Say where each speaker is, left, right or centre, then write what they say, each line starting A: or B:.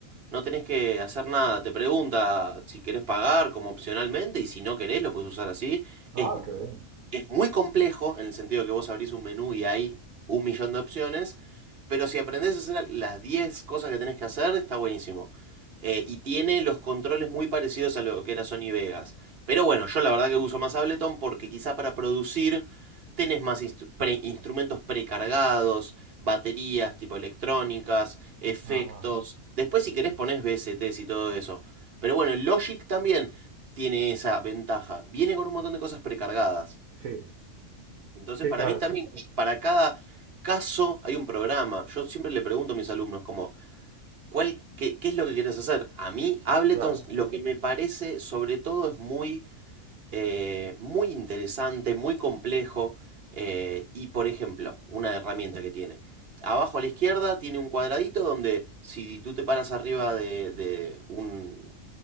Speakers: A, on the right; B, on the right.
A: No tenés que hacer nada, te pregunta si querés pagar como opcionalmente y si no querés lo puedes usar así.
B: Ah,
A: Es
B: qué bien.
A: es muy complejo en el sentido que vos abrís un menú y hay un millón de opciones, pero si aprendés a hacer las 10 cosas que tenés que hacer, está buenísimo. Eh, y tiene los controles muy parecidos a lo que era Sony Vegas. Pero bueno, yo la verdad que uso más Ableton porque quizá para producir tenés más instru pre instrumentos precargados, baterías tipo electrónicas, efectos.
B: Ah,
A: Después si querés ponés VSTs y todo eso. Pero bueno, Logic también tiene esa ventaja. Viene con un montón de cosas precargadas.
B: sí,
A: Entonces,
B: sí,
A: para
B: claro,
A: mí también, para cada caso hay un programa. Yo siempre le pregunto a mis alumnos como, ¿cuál, qué, qué es lo que quieres hacer? A mí, Ableton,
B: claro.
A: lo que me parece sobre todo es muy, eh, muy interesante, muy complejo. eh, y, por ejemplo, una herramienta que tiene. Abajo a la izquierda tiene un cuadradito donde si tú te paras arriba de, de un,